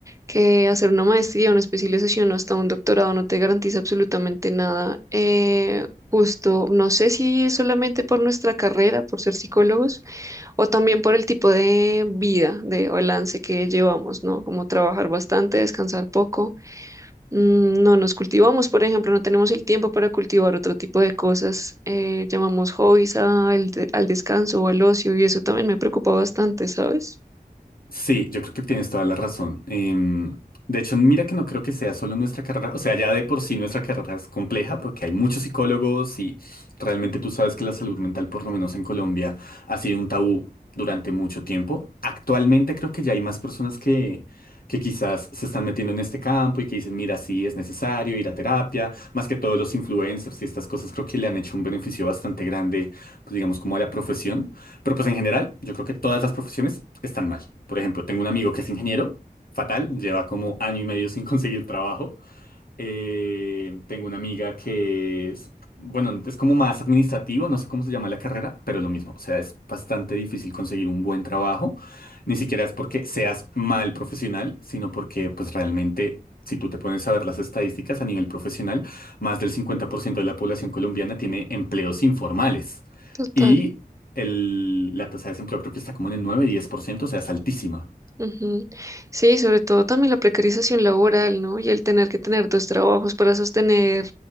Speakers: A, on the right; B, on the left.
A: que hacer una maestría, una especialización o hasta un doctorado no te garantiza absolutamente nada. Eh, justo, no sé si es solamente por nuestra carrera, por ser psicólogos, o también por el tipo de vida, de balance que llevamos, ¿no? Como trabajar bastante, descansar poco Mm, No nos cultivamos, por ejemplo, no tenemos el tiempo para cultivar otro tipo de cosas. eh, llamamos hobbies al, de- al descanso o al ocio y eso también me preocupa bastante, ¿sabes?
B: Sí, yo creo que tienes toda la razón. Em, de hecho, mira que no creo que sea solo nuestra carrera, o sea, ya de por sí nuestra carrera es compleja porque hay muchos psicólogos y realmente tú sabes que la salud mental, por lo menos en Colombia, ha sido un tabú durante mucho tiempo. Actualmente creo que ya hay más personas que, que quizás se están metiendo en este campo y que dicen, mira, sí, es necesario ir a terapia, más que todos los influencers y estas cosas creo que le han hecho un beneficio bastante grande, pues digamos, como a la profesión. Pero pues en general, yo creo que todas las profesiones están mal. Por ejemplo, tengo un amigo que es ingeniero, fatal, lleva como año y medio sin <laughs> conseguir trabajo. Eh, tengo una amiga que es, bueno, es como más administrativo, no sé cómo se llama la carrera, pero lo mismo, o sea, es bastante difícil conseguir un buen trabajo, ni siquiera es porque seas mal profesional, sino porque pues realmente, si tú te pones a ver las estadísticas a nivel profesional, más del 50% de la población colombiana tiene empleos informales
A: Total.
B: y el, la tasa de desempleo creo que está como en el nueve-diez por ciento o sea, es altísima.
A: Ujú. Sí, sobre todo también la precarización laboral, ¿no? Y el tener que tener dos trabajos para sostener